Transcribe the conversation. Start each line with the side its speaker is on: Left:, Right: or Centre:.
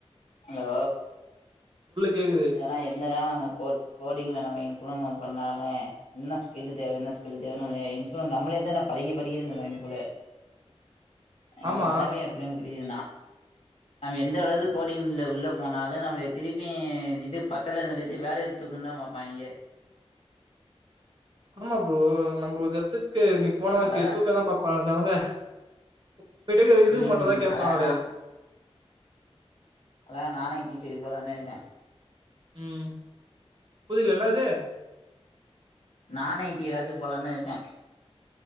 Left: ஹலோ
Right: கேக்குது
Left: ஏன்னா எந்த தா நம்ம கோ கோடிங்ல நம்ம இம்ப்ருமென் பண்ணாலுமே இன்னு ஸ்கில்லு தேவ இன்னு ஸ்கில்லு தேவன் நம்மள இம்ப்ரூவ் நம்மளே தா படிக்க படிக்க சொல்லுராங்க போலா அ
Right: ஆமா
Left: நெலம்யே அப்டி தா <unintelligible> நம் எந்த அளவு கோடிங்ல உள்ள போனாலு நம்முடைய திருப் <unintelligible> இது பத்தல சொல்லிட்டு வேலையுட்டு தூக்கதா பாப்பாங்க
Right: ஆமா ப்ரோ நம் ஒரு எத்துக்கு நீ போன வச்சுக்
Left: அழகா
Right: தூக்க தா பாப்பாங்க <unintelligible> உங்ககிட்ட இதுவு
Left: ம்
Right: மட்டு தா கேப்பாங்களே
Left: அழகா அதா நானே டீ சி எஸ் போலானு இருக்கே
Right: உம் புரில இன்னா அது
Left: நான் ஐடி எதாச்சு போலானு இருக்கே